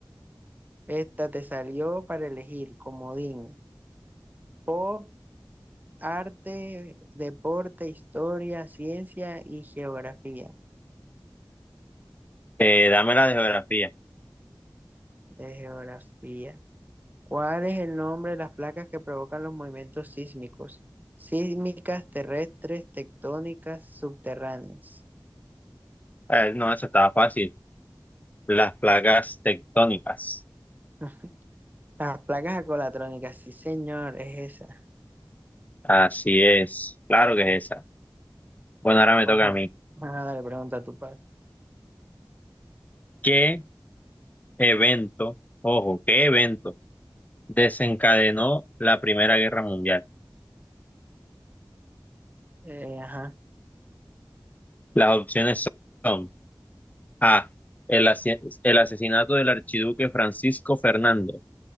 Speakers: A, on the right; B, on the left.
A: Esta te salió para elegir comodín, pop, arte, deporte, historia, ciencia y geografía.
B: Eh, dame la de geografía.
A: De geografía. ¿Cuál es el nombre de las placas que provocan los movimientos sísmicos? Sísmicas, terrestres, tectónicas, subterráneas.
B: Eh, no, eso estaba fácil. Las placas tectónicas.
A: <laughs> Las placas acolatrónicas, sí señor, es esa.
B: Así es, claro que es esa. Bueno, ahora me toca
A: ¿O no?
B: a mí.
A: Vamos a pregunta a tu padre.
B: ¿Qué evento, ojo, qué evento desencadenó la Primera Guerra Mundial?
A: Eh, ajá.
B: Las opciones son A, el, asi- el asesinato del archiduque Francisco Fernando,